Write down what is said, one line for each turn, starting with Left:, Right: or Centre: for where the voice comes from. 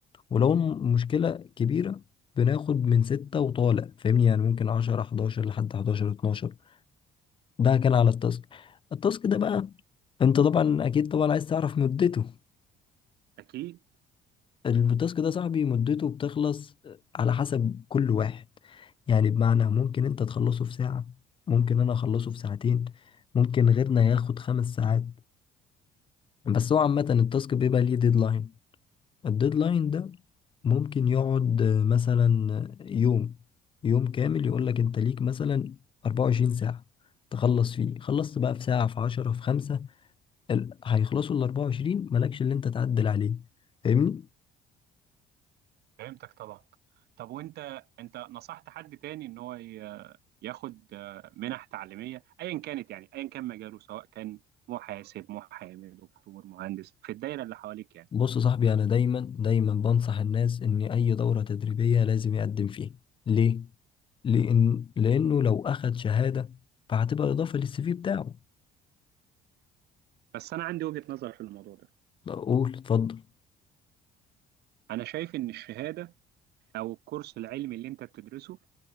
Left: ولو المشكلة كبيرة بناخد من 6 وطالع فاهمني يعني ممكن 10 11 لحد 11 12 ده كان على التاسك التاسك ده بقى انت طبعا اكيد طبعا عايز تعرف مدته
Right: اكيد
Left: التاسك ده صاحبي مدته بتخلص على حسب كل واحد يعني بمعنى ممكن انت تخلصه في ساعة ممكن انا اخلصه في ساعتين ممكن غيرنا ياخد خمس ساعات بس هو عامة التاسك بيبقى ليه ديدلاين الديدلاين ده ممكن يقعد آه، مثلا يوم يوم كامل يقولك انت ليك مثلا 24 ساعة تخلص فيه خلصت بقى في ساعة في عشرة في خمسة ال- هيخلصوا ال 24 مالكش اللي انت تعدل عليه فاهمني؟
Right: فهمتك طبعا طب وانت انت نصحت حد تاني ان هو ي- ياخد آه، منح تعليمية ايا كانت يعني ايا كان مجاله سواء كان محاسب محامي دكتور مهندس في الدايرة اللي حواليك يعني
Left: بص يا صاحبي انا دايما دايما بنصح الناس ان اي دورة تدريبية لازم يقدم فيها ليه لان لانه لو اخد شهادة فهتبقى اضافة للسي في بتاعه
Right: بس انا عندي وجهة نظر في الموضوع ده
Left: لا، قول اتفضل
Right: انا شايف ان الشهادة او الكورس العلمي اللي انت بتدرسه